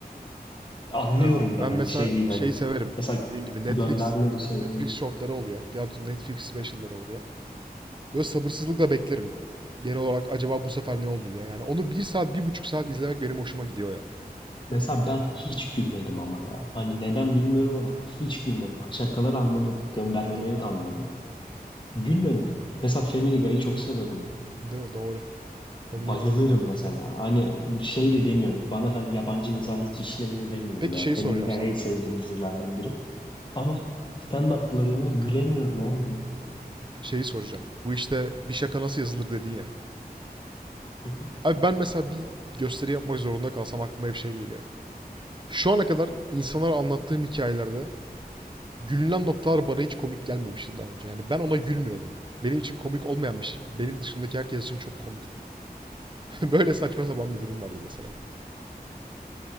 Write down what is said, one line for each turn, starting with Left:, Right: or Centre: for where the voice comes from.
Left: Anlıyorum
Right: Bilmiyorum abi.
Left: da
Right: Ben
Left: hani
Right: mesela
Left: şey değil
Right: şeyi
Left: hani
Right: severim.
Left: mesela
Right: Dediğim gibi Netflix
Left: göndermeli şey
Right: Netflix
Left: mi?
Right: shortları oluyor. Ya da Netflix specialları oluyor. Böyle sabırsızlıkla beklerim. Genel olarak acaba bu sefer ne oldu diye. Yani onu bir saat, bir buçuk saat izlemek benim hoşuma gidiyor ya.
Left: Mesela ben hiç gülmedim ama ya. Hani neden bilmiyorum ama hiç gülmedim. Şakalar anladım, göndermeleri
Right: Evet.
Left: de anladım. Gülmedim. Mesela Family Guy'ı çok severim.
Right: Değil mi? Doğru. Family
Left: Bayılırım
Right: Guy.
Left: mesela. Hani bir şey de demiyorum. Bana hani yabancı mizah hiç işlemiyor demiyorum
Right: Peki
Left: ya.
Right: şeyi soracağım
Left: Family Guy
Right: sana.
Left: en sevdiğim dizilerden biri. Ama stand-up'larına gülemiyorum olmuyor.
Right: Şeyi soracağım. Bu işte bir şaka nasıl yazılır dedin ya.
Left: Hı hı.
Right: Abi ben mesela bir gösteri yapmak zorunda kalsam aklıma hep şey geliyor. Şu ana kadar insanlara anlattığım hikayelerde gülünen noktalar bana hiç komik gelmemişti daha önce. Yani ben ona gülmüyordum. Benim için komik olmayan bir şey benim dışımdaki herkes için çok komikti. <laughs> Böyle saçma sapan bir durum vardı mesela.